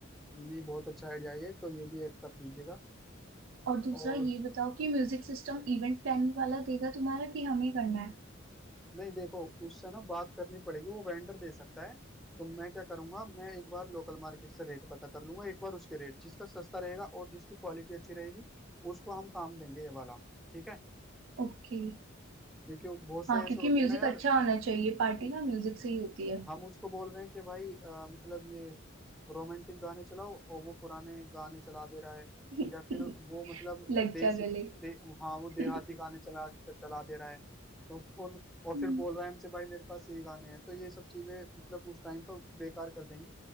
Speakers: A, in the centre; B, on the right.
A: ये नहीं बहुत अच्छा आइडिया है ये तो ये भी ऐड कर दीजिएगा
B: और दूसरा
A: और
B: ये बताओ कि म्यूजिक सिस्टम इवेंट प्लानिंग वाला देगा तुम्हारा कि हमें करना है
A: नहीं देखो उससे ना बात करनी पड़ेगी वो वेंडर दे सकता है तो मैं क्या करूंगा मैं एक बार लोकल मार्केट से रेट पता कर लूंगा एक बार उसके रेट जिसका सस्ता रहेगा और जिसकी क्वालिटी अच्छी रहेगी उसको हम काम देंगे ये वाला ठीक है
B: ओके
A: क्योंकि वो बहुत से
B: हाँ
A: ऐसे
B: क्योंकि
A: होते
B: म्यूजिक
A: हैं ना यार
B: अच्छा होना चाहिए पार्टी ना म्यूजिक से ही होती है
A: हम उसको बोल रहे हैं कि भाई अ, मतलब ये रोमांटिक गाने चलाओ और वो पुराने गाने चला दे रहा है
B: <laughs>
A: या फिर वो मतलब
B: लग
A: देसी
B: जा गले
A: दे, हाँ वो देहाती
B: <laughs>
A: गाने चला चला दे रहा है तो फोन और
B: हम्म,
A: फिर बोल रहा है हमसे भाई मेरे पास यही गाने हैं तो ये सब चीजें मतलब उस टाइम पर बेकार कर देंगी